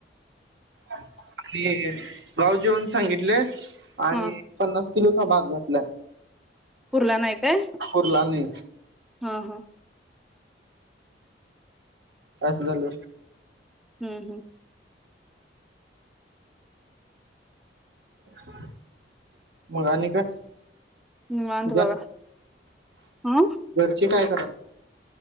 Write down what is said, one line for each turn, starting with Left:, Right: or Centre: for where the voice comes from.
Right: आणि गाव जेवन सांगितल आणि
Centre: हा
Right: किलोचा भात घातलाय
Centre: पुरला नाई काय
Right: पुरला आणि
Centre: हं हं
Right: अस झाल
Centre: हूं हूं
Right: <unintelligible> काय
Centre: निवांत
Right: ग
Centre: बघा हा
Right: घरचे काय करा